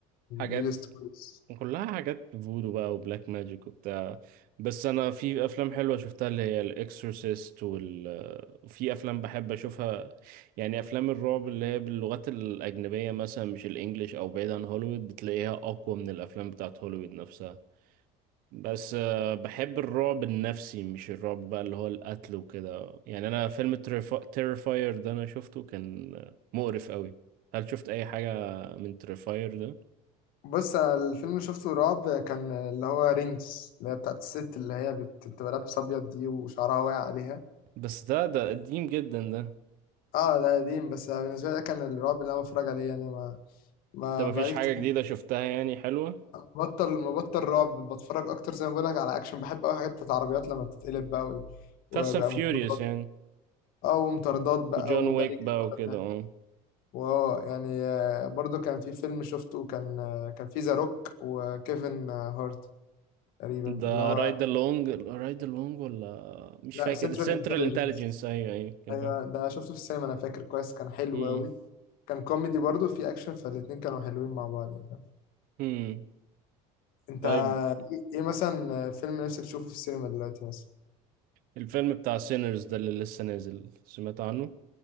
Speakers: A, on the right; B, on the left.
A: حاجات
B: ريل ستوريز
A: كلها حاجات فودو بقى وبلاك ماجيك وبتاع بس انا في افلام حلوه شفتها اللي هي الاكسورسيست وال في افلام بحب اشوفها يعني افلام الرعب اللي هي باللغات الاجنبيه مثلا مش الانجليش او بعيد عن هوليوود بتلاقيها اقوى من الافلام بتاعت هوليوود نفسها بس آه، بحب الرعب النفسي مش الرعب بقى اللي هو القتل وكده يعني انا فيلم تيرفاير ده انا شفته كان آه، مقرف قوي هل شفت اي حاجه من تيرفاير ده
B: بص انا الفيلم اللي شفته رعب كان اللي هو رينجز اللي هي بتاعت الست اللي هي بت- بتبقى لابسة ابيض دي وشعرها واقع عليها
A: بس ده ده قديم جدا ده
B: اه ده قديم بس بالنسبة لي ده كان الرعب اللي انا بتفرج عليه يعني ما ما
A: انت مفيش
B: بقالي
A: حاجة
B: كتير
A: جديدة شفتها يعني حلوة
B: بطل مبطل رعب بتفرج اكتر زي ما بقول لك على اكشن بحب قوي حاجات بتاعت عربيات لما بتتقلب بقى و- وبقى
A: فاست اند فيوريوس
B: مطاردات
A: يعني
B: اه ومطاردات بقى
A: وجون
B: وده
A: ويك
B: يجري
A: بقى وكده
B: وده ده.
A: اه
B: واو يعني آه، برضو كان في فيلم شفته كان آه، كان في ذا روك وكيفن آه، هارت تقريبا
A: ده
B: اللي هو
A: رايد لونج رايد لونج ولا مش
B: لا
A: فاكر
B: سنترال
A: سنترال
B: انتليجنس
A: انتليجنس ايوه ايوه كان
B: ايوه ده شفته في السينما انا فاكر كويس كان حلو
A: هم
B: قوي كان كوميدي برضو في اكشن فالاتنين كانوا حلوين مع بعض يعني.
A: هم
B: انت
A: طيب
B: ايه إيه مثلا فيلم نفسك تشوفه في السينما دلوقتي مثلا
A: الفيلم بتاع سينرز ده اللي لسه نازل سمعت عنه